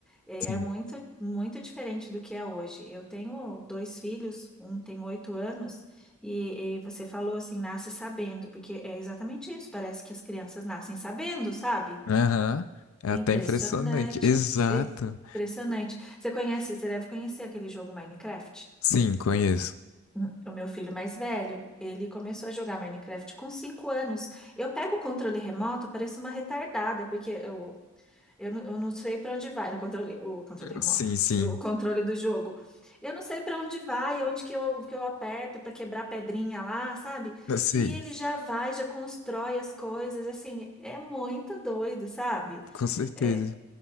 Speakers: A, in the centre; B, on the left.
A: É
B: Sim.
A: é muito, muito diferente do que é hoje. Eu tenho dois filhos, um tem oito anos, e, e você falou assim, nasce sabendo, porque é exatamente isso. Parece que as crianças nascem sabendo, sabe?
B: Aham. É
A: É
B: até
A: Impressionante.
B: impressionante. Exato.
A: é Impressionante. Você conhece, você deve conhecer aquele jogo Minecraft?
B: Sim, conheço.
A: Hum, O meu filho mais velho, ele começou a jogar Minecraft com cinco anos. Eu pego o controle remoto, pareço uma retardada, porque eu, eu não, eu não sei para onde vai no controle, o controle remoto,
B: Sim, sim.
A: o controle do jogo. Eu não sei para onde vai, onde que eu, que eu aperto para quebrar a pedrinha lá, sabe?
B: Eu sei,
A: E ele já vai, já constrói as coisas, assim, é muito doido, sabe?
B: com certeza.
A: É,